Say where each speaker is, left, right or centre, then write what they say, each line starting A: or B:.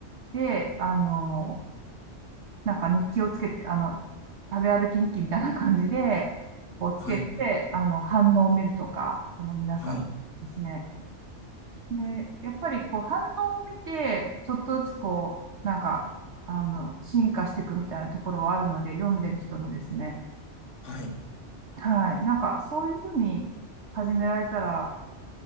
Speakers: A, on the right; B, on the left.
A: で、あの、なんか日記をつけて、あの、食べ歩き日記みたいな感じで、こうつけて、
B: はい、
A: あの、反応を見るとか、その皆さんですね。
B: はい、
A: で、やっぱりこう反応を見て、ちょっとずつこう、なんか、あの、進化していくみたいなところはあるので、読んでる人のですね。
B: はい。
A: はい。なんか、そういうふうに始められたら、